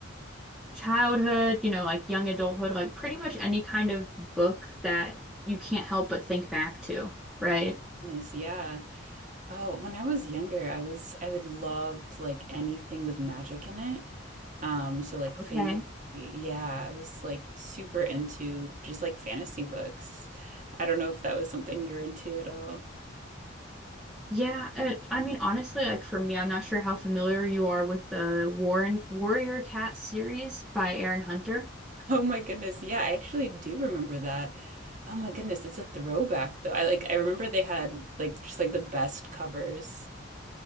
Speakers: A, in the centre; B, on the right.
A: Childhood, you know, like young adulthood, like pretty much any kind of book that you can't help but think back to, right?
B: Goodness, yeah. Oh, when I was younger, I was I would loved like anything with magic in it. Um, so like fantasy,
A: Okay.
B: yeah, I was like super into just like fantasy books. I don't know if that was something you're into at all. <laughs>
A: Yeah, uh, I mean, honestly, like for me, I'm not sure how familiar you are with the Warren Warrior Cat series by Aaron Hunter.
B: Oh my goodness, yeah, I actually do remember that. Oh my goodness, it's a throwback though. I like I remember they had like just like the best covers.